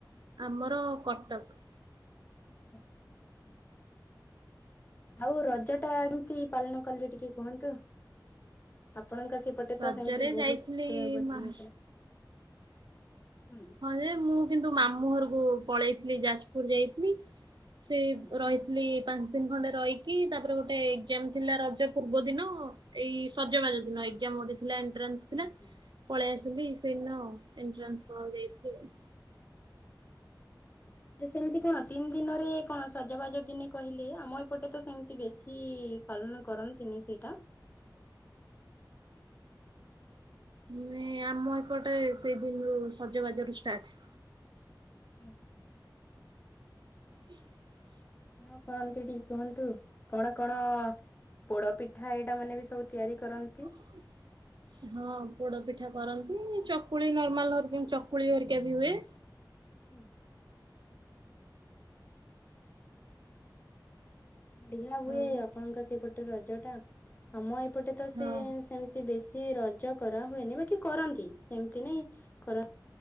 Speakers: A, on the right; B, on the left.
A: ଆମର କଟକ।
B: <unintelligible> ଆଉ ରଜ ଟା ଏମିତି ପାଲନ କଲେ ଟିକେ କୁହନ୍ତୁ? ଆପଣଙ୍କ ସେପଟେ
A: ରଜରେ
B: ତ ସେମତି ବହୁତ
A: ଯାଇଥିଲି
B: ବଢ଼ିଆ
A: ମା
B: ଥିଲା। ହୁଁ।
A: ହଁ ଯେ ମୁଁ କିନ୍ତୁ ମାମୁଁ ଘରକୁ ପଳେଇଥିଲି ଯାଜପୁର ଯାଇଥିଲି ସେ
B: ହୁଁ
A: ରହି <unintelligible> ପାଞ୍ଚ ଦିନ ଖଣ୍ଡେ ରହିକି ତାପରେ ଗୋଟେ ଏକ୍ଜାମ ଥିଲା ରଜ ପୂର୍ବ ଦିନ। ଏଇ ସଜବାଜ ଦିନ ଏକ୍ଜାମ ଗୋଟେ ଥିଲା ଏଣ୍ଟ୍ରାନ୍ସ
B: ହୁଁ
A: ଥିଲା
B: ହୁଁ।
A: ପଳେଇ ଆସିଲି ସେଇଦିନ ଏଣ୍ଟ୍ରାନ୍ସ ଦେବାକୁ ଯାଇଥିଲି ଆଉ।
B: ସେମିତି କଣ ତିନି ଦିନରେ କଣ ସଜବାଜ ଦିନେ କହିଲେ ଆମ ଏପଟେ ତ ସେମିତି ବେଶୀ ପାଲନ କରନ୍ତିନି ସେଇଟା।
A: ମାନେ ଆମ ଏପଟେ ସେଇ ଦିନରୁ ସଜବାଜ ରୁ ଷ୍ଟାର୍ଟ।
B: ଓ ହୋ।
A: <inaudible>
B: କଣ କରନ୍ତି ଟିକେ କୁହନ୍ତୁ କଣ କଣ? ପୋଡ଼ ପିଠା ଏଇଟା ମାନେ ବି ସବୁ ତିଆରି କରନ୍ତି।
A: <inaudible> ହଁ ପୋଡ଼ ପିଠା କରନ୍ତି ଚକୁଳି ନର୍ମାଲହରିକ ଚକୁଳି ହରିକା ବି ହୁଏ।
B: ହୁଁ। ବଢ଼ିଆ ହୁଏ
A: ଆଉ
B: ଆପଣଙ୍କ ସେପଟେ ରଜ ଟା ଆମ ଏପଟେ ତ
A: ହଁ
B: ସେ ସେମତି ବେ ସି ରଜ କରା ହୁଏନି ବାକି କରନ୍ତି ସେମତି ନାଇଁ କର